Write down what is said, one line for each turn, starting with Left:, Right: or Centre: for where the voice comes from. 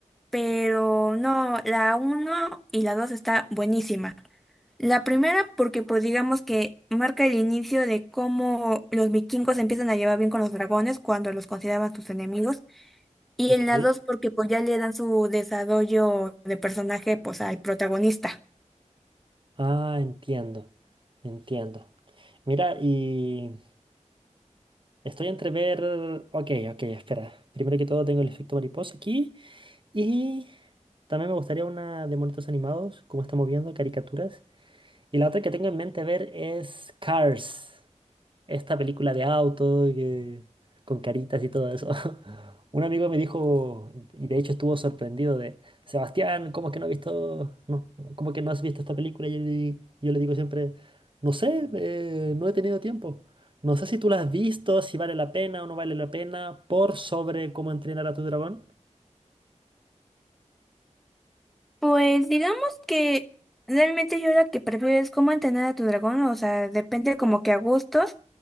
Centre: pero no, la uno y la 2 está buenísima. La primera porque pues digamos que marca el inicio de cómo los vikingos se empiezan a llevar bien con los dragones cuando los consideraban sus enemigos. Y
Right: Ok,
Centre: en la dos porque pues ya le dan su desarrollo de personaje pues al protagonista.
Right: ah, entiendo, entiendo. Mira, y estoy entre ver, ok, ok, espera, primero que todo tengo el efecto mariposa aquí. Y también me gustaría una de monitos animados, como estamos viendo, caricaturas. Y la otra que tengo en mente ver es Cars, esta película de auto que- con caritas y todo eso. <laughs> Un amigo me dijo, y de hecho estuvo sorprendido de, Sebastián, ¿cómo es que no has visto, no, cómo que no has visto esta película? Y, él- yo le digo siempre, no sé, eh, no he tenido tiempo. No sé si tú la has visto, si vale la pena o no vale la pena, por sobre cómo entrenar a tu dragón.
Centre: Pues digamos que realmente yo la que prefiero es cómo entrenar a tu dragón, o sea, depende como que a gustos.